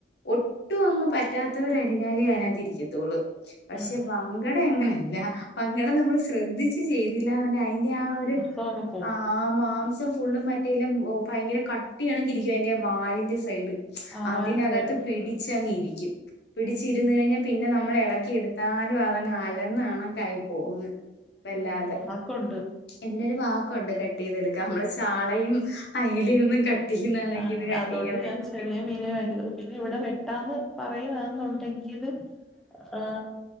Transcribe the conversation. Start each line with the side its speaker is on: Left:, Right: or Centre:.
Left: ഒട്ടും അങ്ങ് പറ്റാത്തവരരിഞ്ഞാലേ അയനകത്ത് ഇരിക്കത്തുള്ളു പക്ഷെ
Centre: ഉം
Left: പങ്കട അങ്ങനെല്ല പങ്കട നമ്മള് ശ്രദ്ധിച്ച് ചെയ്തില്ലാന്ന്ണ്ടെ അയ്ന്റെ ആ ഒര്
Centre: <unintelligible> പോവും.
Left: ആ മാംസം ഫുള്ളും മറ്റേയെല്ലാം ഭയങ്കര കട്ടിയാണങ്കിലിരിക്കും അയ്ൻ്റെ വാലിൻ്റെ സൈഡ്
Centre: ആ
Left: അതിനകത്ത്
Centre: വാലിന്റെ സൈഡ്
Left: പിടിച്ചങ്ങിരിക്കും. പിടിച്ചിരുന്ന് കഴിഞ്ഞാ പിന്നെ നമ്മള് എളക്കി എടുത്താലും അതങ്ങ് അലന്നാണഴുക്കായി പോകുംന്ന് വല്ലാതെ
Centre: കൊണ്ട്.
Left: ഇതിനൊരു വാക്കുണ്ട് കട്ടെയ്തെടുക്ക നമ്മളെ ചാളയും അയലെയൊന്നും കട്ട് ചെയ്യുന്ന കണക്ക്
Centre: ആഹ്
Left: ഇത് കട്ട്
Centre: അതോണ്ട്
Left: ചെയ്യാൻ പറ്റില്ല
Centre: ഞാൻ ചെറിയ മീനെ വാങ്ങികത്തൊള്ളു. പിന്നെ ഇവിടെ വെട്ടാന്ന് പറയുവാന്നുണ്ടെങ്കില് ആഹ്